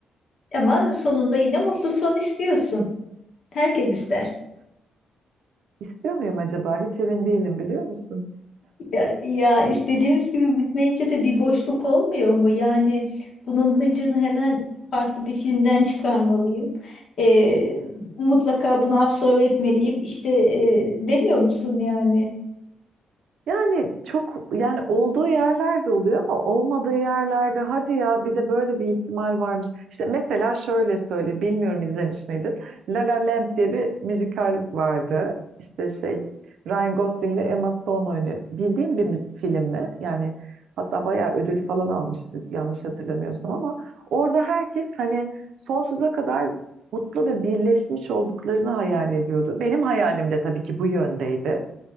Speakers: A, on the left; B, on the right.
A: Ama sonunda yine mutlu son istiyorsun. Herkes ister.
B: İstiyor muyum acaba? Hiç emin değilim biliyor musun?
A: Ya, ya istediğimiz gibi bitmeyince de bir boşluk olmuyor mu? Yani bunun hıncını hemen farklı bir filmden çıkarmalıyım. Ee, mutlaka bunu absorbe etmeliyim. İşte e, demiyor musun yani?
B: Yani çok yani olduğu yerlerde oluyor ama olmadığı yerlerde hadi ya bir de böyle bir ihtimal varmış. İşte mesela şöyle söyle bilmiyorum izlemiş miydin? La La Land diye bir müzikal vardı. İşte şey Ryan Gosling ile Emma Stone oynuyor. Bildiğin bir mü- film mi? Yani hatta bayağı ödül falan almıştı yanlış hatırlamıyorsam ama orada herkes hani sonsuza kadar mutlu ve birleşmiş olduklarını hayal ediyordu. Benim hayalim de tabii ki bu yöndeydi.